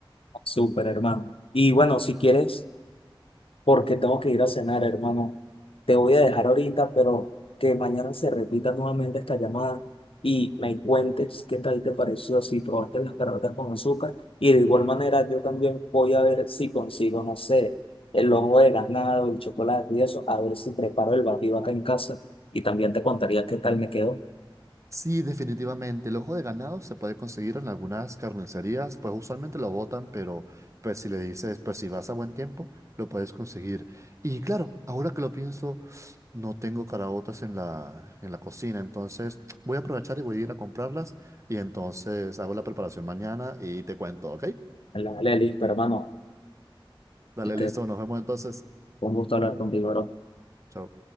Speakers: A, on the left; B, on the right.
A: Súper, hermano. Y bueno, si quieres. porque tengo que ir a cenar, hermano. Te voy a dejar ahorita, pero que mañana se repita nuevamente esta llamada y me cuentes qué tal te pareció, si probaste las caraotas con azúcar. Y de igual manera, yo también voy a ver si consigo, no sé, el ojo de ganado, el chocolate y eso, a ver si preparo el batido acá en casa. Y también te contaría qué tal me quedó
B: Sí, definitivamente. El ojo de ganado se puede conseguir en algunas carnicerías, pues usualmente lo botan, pero pues si le dices, pues si vas a buen tiempo, lo puedes conseguir. Y claro, ahora que lo pienso, no tengo caraotas en la, en la cocina, entonces voy a aprovechar y voy a ir a comprarlas y entonces hago la preparación mañana y te cuento, ¿ok?
A: en la Lelis, pero hermano,
B: Dale,
A: este,
B: listo, nos vemos entonces.
A: fue un gusto hablar contigo, bro.
B: Chao.